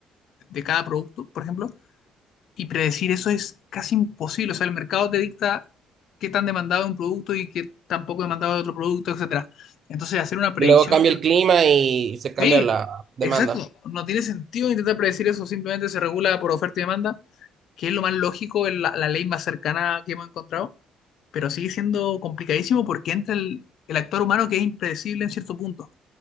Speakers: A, on the left; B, on the right.
A: de cada producto, por ejemplo, y predecir eso es casi imposible. O sea, el mercado te dicta qué tan demandado es un producto y qué tan poco demandado es otro producto, etcétera. Entonces, hacer una predicción
B: Y luego cambia
A: de...
B: el clima y se cambia
A: Sí,
B: la demanda.
A: exacto, no tiene sentido intentar predecir eso, simplemente se regula por oferta y demanda que es lo más lógico, es la, la ley más cercana que hemos encontrado, pero sigue siendo complicadísimo porque entra el, el actor humano que es impredecible en cierto punto.